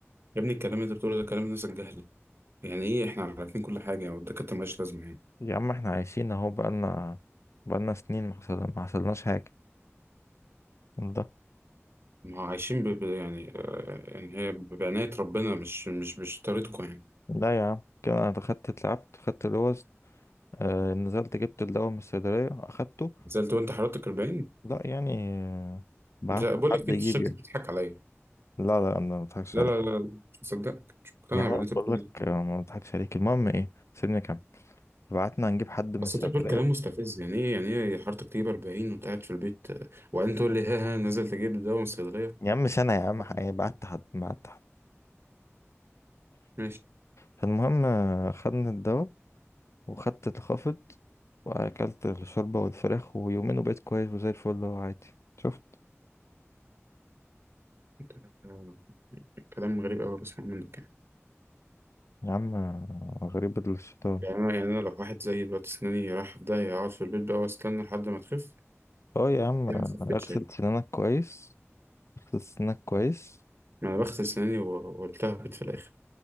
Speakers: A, on the right; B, on the left.
A: يا ابني الكلام اللي انت بتقوله ده كلام الناس الجهلة يعني ايه احنا عارفين كل حاجة والدكاترة مالهاش لازمة يعني
B: يا عم احنا عايشين اهو بقالنا بقالنا سنين ما حصل- ما حصلناش حاجة ده
A: ما هو عايشين ب... ب... يعني آه، يعني هي بعناية ربنا مش مش مش طريقتكم يعني
B: لا يا عم كده انا دخلت اتلعبت خدت لوز آه نزلت جبت الدواء من الصيدلية اخدته
A: نزلت وانت حضرتك 40
B: لا يعني آه، بعت
A: انت بقول
B: حد
A: لك
B: يجيب
A: انت شكلك
B: يعني
A: بتضحك عليا
B: لا لا انا ما بضحكش
A: لا
B: عليك
A: لا لا مش مصدقك مش مقتنع
B: يا عم
A: باللي
B: أنا
A: انت
B: بقول
A: بتقوله
B: لك
A: ده.
B: آه، ما بضحكش عليك المهم ايه سيبني كام بعتنا نجيب حد من
A: بس
B: الصيدلية
A: انت بتقول كلام مستفز يعني ايه يعني ايه حضرتك تجيب 40 وانت قاعد في البيت آه، وبعدين تقول لي ها ها نازل تجيب دواء من الصيدليه
B: يا عم سنة يا عم
A: حضرتك
B: هيبقى
A: 40
B: قعدت حد ما قعدت حد
A: ماشي
B: فالمهم آه، خدنا الدواء وخدت الخافض وأكلت الشوربة والفراخ ويومين وبقيت كويس وزي الفل وعادي شفت
A: انت آه، كلام غريب قوي بسمعه منك يعني
B: يا عم آه، غريب الشيطان
A: يعني انا يعني انا لو واحد زي دلوقتي اسناني رايحه في داهيه اقعد في البيت بقى واستنى لحد ما تخف
B: اه يا عم
A: هي
B: آه،
A: ما خفتش
B: اغسل
A: يعني
B: سنانك كويس اغسل سنانك كويس
A: ما انا بغسل اسناني و- والتهبت في الاخر